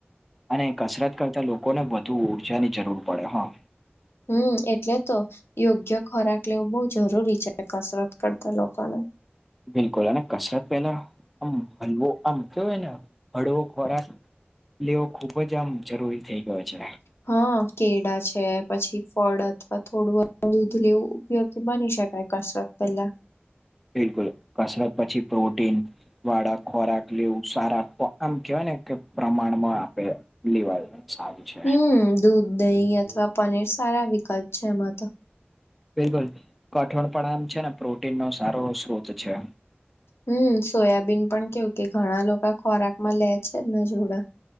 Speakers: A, in the centre; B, on the left.
A: અને કસરત કરતા લોકોને વધુ ઉર્જાની જરૂર પડે હા.
B: હમ, એટલે તો યોગ્ય ખોરાક લેવું બહુ જરૂરી છે. કસરત કરતા લોકોના.
A: બિલકુલ હને. કસરત પેલા આમ હલવો, આમ કેયોયને હળવો ખોરાક. લેવો ખુબ જ આમ જરૂરી થઈ ગયો છે.
B: હા, કેળા છે, પછી ફળ અથવા થોડું દૂધ લેવું ઉપયોગી બની શકાય, કસરત પેલા.
A: બિલકુલ, કસરત પછી પ્રોટીન વાળક ખોરાક લેવું સારા. આમ કેહેવાય ને કે, પ્રમાણમાં આપે લેવાય. સારું છે
B: હમ, દૂધ, દહીં અથવા પનીર સારા વિકલ્પ છે, એમાં તો.
A: બિલકુલ, કઠોણ પણ આમ છે ને, પ્રોટીન નો સારો સ્ત્રોત છે.
B: હમ, સોયાબીન પણ કેવું કે, ઘણા લોકો ખોરાક માં લે છે ને જોડા.